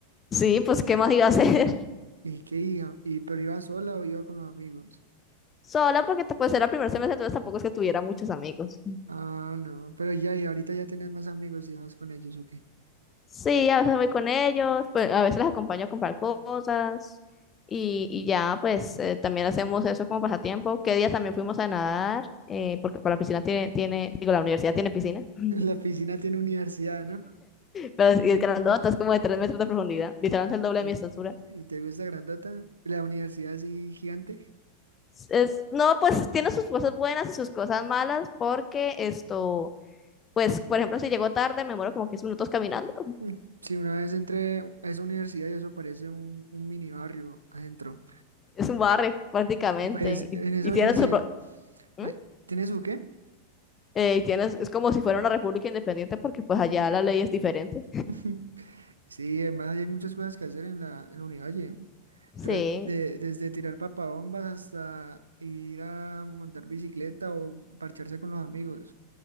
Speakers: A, on the left; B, on the right.
A: Sí, pues, ¿qué más iba a hacer?
B: ¿Y qué iba? ¿Y pero iba sola o iba con los amigos?
A: sola porque te- pues era el primer semestre, entonces tampoco es que tuviera muchos amigos.
B: Ah, no, pero ya, y ahorita ya tenés más amigos y vas con ellos, ¿o qué?
A: Sí, a veces voy con ellos, pues a veces las acompaño a comprar cosas y, y ya, pues eh, también hacemos eso como pasatiempo. ¿Qué día también fuimos a nadar? eh, porque para la piscina tiene, tiene, digo, la universidad tiene piscina,
B: <laughs>
A: <laughs>
B: La piscina tiene universidad, ¿no?
A: pero es- y el grandota es como de tres metros de profundidad, literalmente el doble
B: ¿Y,
A: de mi estatura.
B: y te gusta Grandata? La universidad así gigante.
A: Es, no, pues tiene sus cosas buenas y sus cosas malas porque esto... Pues, por ejemplo, si llego tarde, me muero como 15 minutos caminando.
B: Mm. Sí, una vez entré a esa universidad y eso parece un, un mini barrio adentro.
A: Es un barrio prácticamente
B: Y pues
A: y,
B: en esa
A: y
B: universidad,
A: tiene su pro- ¿Mm?
B: ay, ¿tiene su qué?
A: Eh, y tienes, es como si fuera una república independiente porque pues allá la ley es diferente.
B: <laughs> Sí, además ahí hay muchas cosas que hacer en la, en la Univalle.
A: Sí,
B: Tras- de- desde tirar papabombas hasta ir a montar bicicleta o parcharse con los amigos.